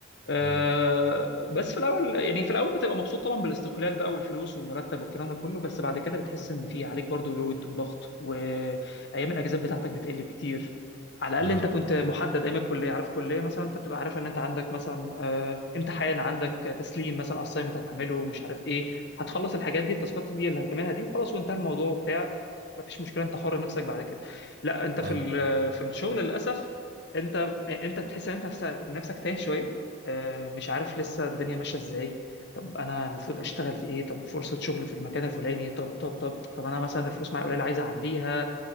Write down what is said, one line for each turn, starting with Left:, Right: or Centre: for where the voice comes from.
Left: آه،
Right: مم.
Left: بس في الاول يعني في الاول بتبقى مبسوط طبعا بالاستقلال بقى والفلوس والمرتب والكلام ده كله بس بعد كده بتحس ان في عليك برضو لود وضغط وايام الاجازات بتاعتك بتقل كتير على
Right: اه
Left: الاقل انت كنت محدد ايام الكليه عارف كليه مثلا انت بتبقى عارف ان انت عندك مثلا آه، امتحان عندك تسليم مثلا اسايمنت هتعمله مش عارف ايه هتخلص الحاجات دي التاسكات دي اللي هتعملها دي وخلاص وانتهى الموضوع وبتاع مفيش مشكله انت حر نفسك بعد كده لا انت في
Right: ايوه
Left: ال-
Right: بالظبط.
Left: في الشغل للاسف انت انت تحس ان انت نفسك نفسك تايه شويه آه، مش عارف لسه الدنيا ماشيه ازاي طب انا المفروض اشتغل في ايه طب فرصه شغل في المكان الفلاني طب طب طب طب انا مثلا الفلوس معايا قليله عايز اعليها